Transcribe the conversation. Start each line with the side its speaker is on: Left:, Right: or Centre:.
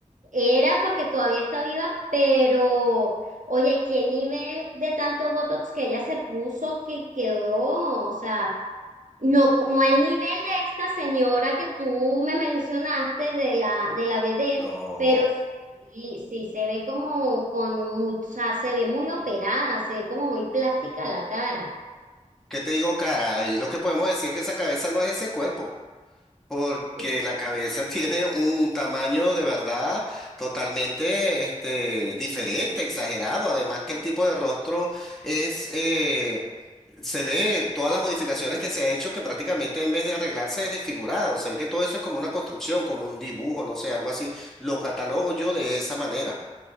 Right: Era porque todavía está viva, pero oye, qué nivel de tanto Botox que ella se puso que quedó, o sea, no, co- no al nivel de esta señora que tú me mencionaste de la, de la vedette,
Centre: no.
Right: pero sí, sí se ve como con mucha, se ve muy operada, se ve como muy plástica la cara.
Centre: ¿Qué te digo, cara? Y lo que podemos decir es que esa cabeza no es ese cuerpo, porque
Right: <laughs>
Centre: la cabeza <laughs> tiene un tamaño de verdad totalmente este, diferente, exagerado. Además que el tipo de rostro es, eh, se ve todas las modificaciones que se ha hecho que prácticamente en vez de arreglarse es desfigurado. O sea, que todo eso es como una construcción, como un dibujo, no sé, algo así. Lo catalogo yo de esa manera.